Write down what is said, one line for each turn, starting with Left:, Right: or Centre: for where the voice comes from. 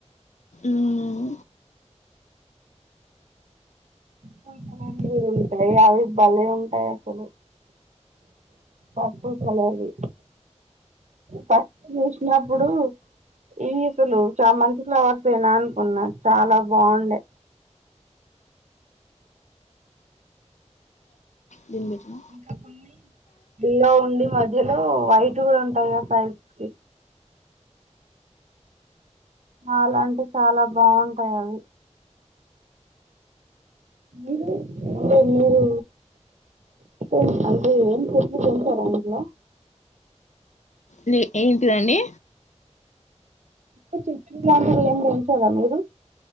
Left: మ్మ్.
Right: పర్పుల్ కలర్వి గుడ ఉంటాయి అవి బలే ఉంటాయి అసలు, పర్పుల్ కలర్వి, ఫస్ట్ చూసినప్పుడు ఇవి అసలు చా మంతి ఫ్లవర్స్ గన అనుకున్నా చాలా బావుండే
Left: దీన్ని పెట్టినా
Right: ఇంకా కొన్ని ఇల్లో ఉండి మధ్యలో వైట్ కూడా ఉంటాయిగ సైజ్ కి చాల అంటే చాలా బావుంటాయి అవి, మీరు అంటే మీరు తేమ్ అంటే ఏం చెట్లు పెంచరా ఇంట్లో
Left: ని ఏంటిదండి.
Right: ఉత్త చెట్లులాంటివి ఏం పెంచరా మీరు